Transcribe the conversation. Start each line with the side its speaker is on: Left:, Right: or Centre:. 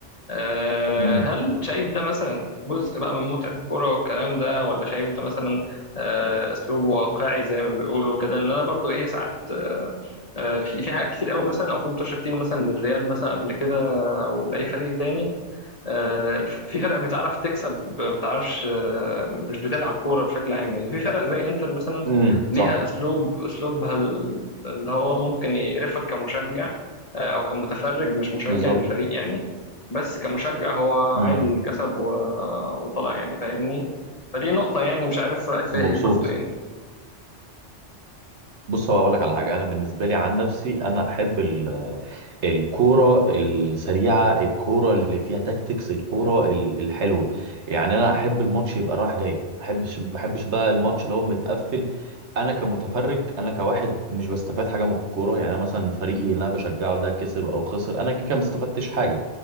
Left: آه،
Right: امم
Left: هل شايف ده مثلا جزء بقى من متعة الكرة والكلام ده ولا شايف ده مثلا آه، أسلوب واقعي زي ما بيقولوا كده إن أنا برضو إيه ساعات آه، آه، في في حاجات كتير قوي مثلا أو في متوشة كتير مثلا للريال مثلا قبل كده أو لأي فريق تاني آه، في فرق بتعرف تكسب ما بتعرفش آه، مش بتلعب كورة بشكل عام يعني في فرق زي انتر مثلا
Right: امم
Left: ليها
Right: صح
Left: اسلوب اسلوبها ال- اللي هو ممكن يقرفك كمشجع آه، او كمتفرج مش مشجع
Right: بالظبط
Left: للفريق يعني بس كمشجع هو
Right: امم
Left: عادي كسب و- وطلع يعني فاهمني فدي نقطة يعني مش عارف رأيك فيها
Right: مبسوط
Left: ايه برضو يعني
Right: بص هو اقول لك على حاجه انا بالنسبه لي عن نفسي انا احب ال- الكوره السريعه الكوره اللي فيها تاكتكس الكوره ال- الحلوه يعني انا احب الماتش يبقى رايح جاي ما احبش ما احبش بقى الماتش اللي هو متقفل انا كمتفرج انا كواحد مش بستفاد حاجه من الكوره يعني انا مثلا فريقي اللي انا بشجعه ده كسب او خسر انا كده ما استفدتش حاجه